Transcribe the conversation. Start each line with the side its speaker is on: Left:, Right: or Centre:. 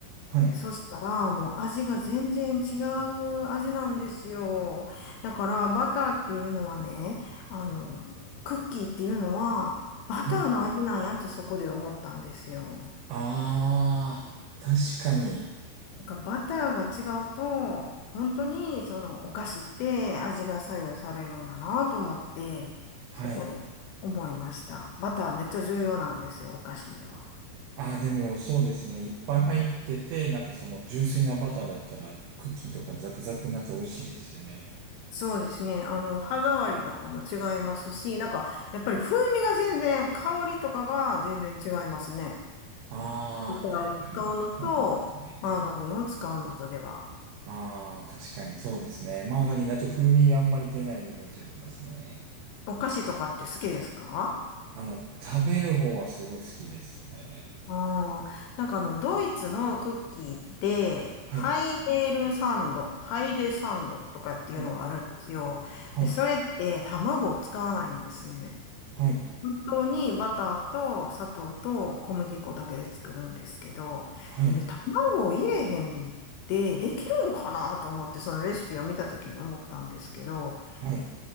Right: あ、はい。
Left: で、そしたら、もう味が全然違う味なんですよ。だから、バターっていうのはね、あの、クッキーっていうのは、バターの味なんやってそこで思ったんですよ。
Right: はい。ああ、確かに。
Left: なんかバターが違うと、本当にそのお菓子って味が左右されるんだなと思って、
Right: はい。
Left: そこで思いました。バターめっちゃ重要なんですよ、お菓子には。
Right: ああ、でもそうですよね。いっぱい入ってて、なんかその純粋なバターだったらクッキーとかザクザクになって美味しいですよね。
Left: そうですね。あの、歯触りとかも違いますし、なんか、やっぱり風味が全然、香りとかが全然違いますね。
Right: ああ、
Left: バターを使うのと、
Right: やっぱり。そうですね。
Left: マーガリンを使うのとでは。
Right: ああ、確かにそうですね。マーガリンだと風味あんまり出ないイメージありますね。
Left: お菓子とかって好きですか
Right: あの、食べる方はすごい好きですね。
Left: ああ、なんかあの、ドイツのクッキーで、
Right: はい、
Left: ハイデルサンド、ハイデサンドとかっていうのがあるんですよ。
Right: はい、はい、
Left: で、それって卵を使わないんですね。
Right: はい、
Left: 本当にバターと砂糖と小麦粉だけで作るんですけど、
Right: はい、
Left: で、卵を入れへんでできるんかなと思って、そのレシピを見た時に思ったんですけど、
Right: はい、